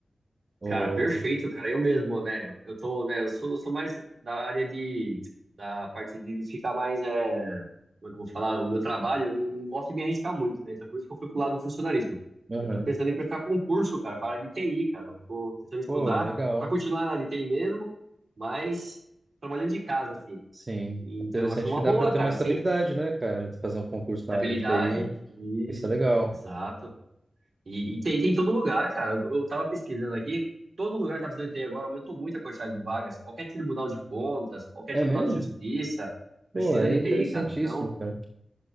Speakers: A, on the right; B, on the right.
A: ou...
B: cara, perfeito, cara. Eu mesmo, né? Eu, eu tô, né? Eu sou, eu sou mais da área de, da parte de ficar mais, é, como é que eu vou falar? O meu trabalho, eu não, não gosto de me arriscar muito, né? Então, por isso que eu fui pro lado do funcionalismo.
A: Aham.
B: Eu tô pensando em prestar concurso, cara, para a área de TI, cara. Eu tô pensando em estudar
A: Pô, legal.
B: para continuar na área de TI mesmo, mas trabalhando de casa, assim.
A: Sim,
B: Então,
A: interessante
B: eu acho uma
A: que dá
B: boa,
A: para ter
B: cara,
A: uma estabilidade,
B: assim.
A: né, cara? Fazer um concurso
B: Estabilidade
A: na área de TI,
B: e
A: isso é legal.
B: exato. E, e tem, tem em todo lugar, cara. Eu, eu tava pesquisando aqui, todo lugar tá precisando ter agora, aumentou muito a quantidade de vagas. Qualquer tribunal de contas, qualquer
A: É
B: tribunal
A: mesmo?
B: de justiça precisa
A: Pô, é
B: de
A: interessantíssimo,
B: TI, cara. Então,
A: cara.